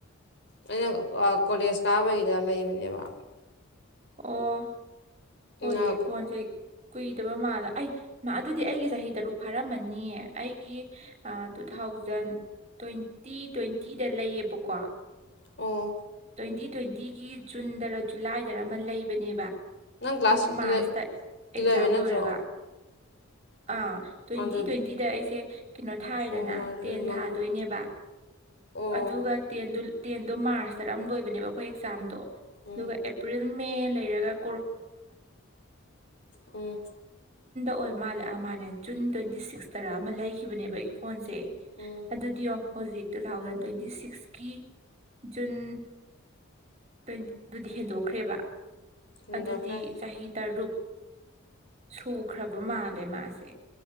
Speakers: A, on the left; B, on the right.
A: ꯑꯩꯅ ꯀꯣꯂꯦꯖ ꯀꯥꯕꯒꯤꯗ ꯂꯩꯕꯅꯦꯕ
B: ꯑꯣ ꯍꯣꯏꯌꯦ
A: ꯅ-
B: ꯐꯣꯟꯁꯦ ꯀꯨꯏꯗꯕ ꯃꯥꯜꯂ ꯑꯩ ꯃꯥ ꯑꯗꯨꯗꯤ ꯑꯩꯒꯤ ꯆꯍꯤ ꯇꯔꯨꯛ ꯐꯥꯔꯝꯃꯅꯤꯌꯦ ꯑꯩꯒꯤ ꯇꯨ ꯊꯥꯎ ꯊꯥꯎꯖꯟ ꯇ꯭ꯋꯦꯟꯇꯤ ꯇ꯭ꯋꯦꯟꯇꯤꯗ ꯂꯩꯌꯦꯕꯀꯣ
A: ꯑꯣ
B: ꯇ꯭ꯋꯦꯟꯇꯤ ꯇ꯭ꯋꯦꯟꯇꯤꯒꯤ ꯖꯨꯟꯗꯔ ꯖꯨꯂꯥꯏꯗꯔ ꯑꯃ ꯂꯩꯕꯅꯦꯕ ꯑꯩꯈꯣꯏꯒꯤ
A: ꯅꯪ ꯀ꯭ꯂꯥꯁ
B: ꯃꯥꯔꯁꯇ
A: ꯏꯂ-
B: ꯑꯦꯛꯖꯥꯝ
A: ꯏꯂꯚꯦꯟ ꯅꯠꯇ꯭ꯔꯣ
B: ꯂꯣꯏꯔꯒ ꯑꯥ ꯇ꯭ꯋꯦꯟꯇꯤ
A: ꯑꯗꯨꯗꯤ
B: ꯇ꯭ꯋꯦꯟꯇꯤꯗ ꯑꯩꯁꯦ ꯀꯩꯅꯣ ꯊꯥꯔꯦꯗꯅ
A: ꯑꯍꯨꯝ ꯃꯔꯤ
B: ꯇꯦꯟ
A: ꯃꯉꯥ
B: ꯊꯥꯗꯣꯏꯅꯦꯕ
A: ꯑꯣ
B: ꯑꯗꯎꯒꯠꯇ ꯇꯦꯟꯗꯣ ꯃꯥꯔꯁ ꯇꯔ ꯑꯃ ꯂꯣꯏꯕꯅꯦꯕ ꯑꯩꯈꯣꯏ ꯑꯦꯛꯖꯥꯝꯗꯣ
A: ꯎꯝ
B: ꯑꯗꯨꯒ ꯑꯦꯄ꯭ꯔꯤꯜ ꯃꯦ ꯂꯩ ꯀ
A: ꯎꯝ
B: ꯍꯧ ꯍ ꯃꯥꯜꯂ ꯃꯥꯅꯦ ꯖꯨꯟ ꯇ꯭ꯋꯦꯟꯇꯤ ꯁꯤꯛꯁꯇꯔꯥ ꯑꯃ ꯂꯩꯈꯤꯕꯅꯦꯕ ꯑꯩꯒꯤ ꯐꯣꯟꯁꯦ
A: ꯎꯝ
B: ꯑꯗꯨꯗꯤꯌꯣ ꯍꯧꯖꯤꯛ ꯇꯨ ꯊꯥꯎꯖꯟ ꯇ꯭ꯋꯦꯟꯇꯤ ꯁꯤꯛꯁꯀꯤ ꯖꯨꯟ ꯇ꯭ꯋꯦꯟ ꯑꯗꯨꯗꯤ ꯍꯦꯟꯗꯣꯛꯈ꯭ꯔꯦꯕ
A: ꯍꯨꯟꯗꯣꯛꯈ꯭ꯔꯦ
B: ꯑꯗꯨꯗꯤ ꯆꯍꯤ ꯇꯔꯨꯛ ꯁꯨꯈ꯭ꯔꯕ ꯃꯥꯜꯂꯦ ꯃꯥꯁꯦ